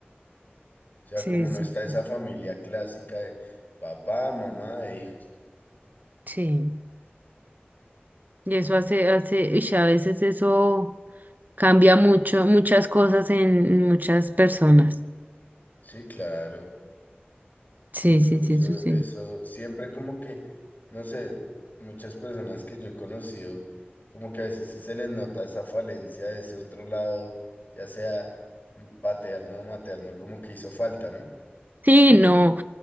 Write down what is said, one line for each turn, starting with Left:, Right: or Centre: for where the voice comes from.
Left: O sea,
Right: sí,
Left: como no
Right: sí,
Left: está
Right: sí.
Left: esa familia clásica de papá, mamá e hijos.
Right: sí. Y eso hace, hace, y a veces eso cambia mucho, muchas cosas en en muchas personas.
Left: Sí, claro.
Right: Sí,
Left: Incluso
Right: sí, sí, eso sí.
Left: eso, siempre como que, no sé, muchas personas que yo he conocido, como que a veces sí se les nota esa falencia de ese otro lado, ya sea mm, paterno o materno, como que hizo falta, ¿no?
Right: Sí, no,